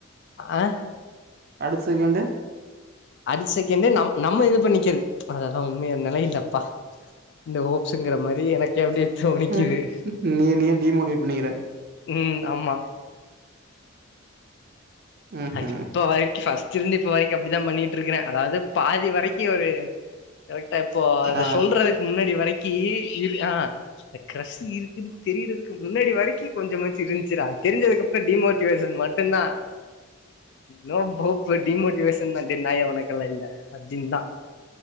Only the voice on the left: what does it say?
ஆஹ
அடுத்த செகண்டே நம் நம்ம இது பண்ணிக்கிறது அதல்லாம் உண்மையான நிலயில்லப்பா இந்த ஹோப்ஸ்ங்கிற மாரி எனக்கு அப்படியே துனிக்குது
உம் ஆமா
அது இப்பவரக்கியும் பஸ்ட <unintelligible> இப்ப வரைக்கும் அப்டிதான் பண்ணிட்டு இருக்கிறேன் அதாவது பாதி வரக்கும் ஒரு கரெக்டா இப்போ அத
சொல்றதுக்கு முன்னாடி வரக்கி இர் ஆ அந்த கிரஸ் இருக்குனு தெரிர முன்னாடி வரைக்கும் கொஞ்சமாச்சும் இருந்துச்சுடா அது தெரிஞ்சதுக்கு அப்பறம் டிமோட்டிவேஷன் மட்டும்தான் னே ஃப்ரோ இப்ப டிமோட்டிவேஷன் தான் டி நாயே உனக்கெல்லாம் இல்ல அப்டினுதான்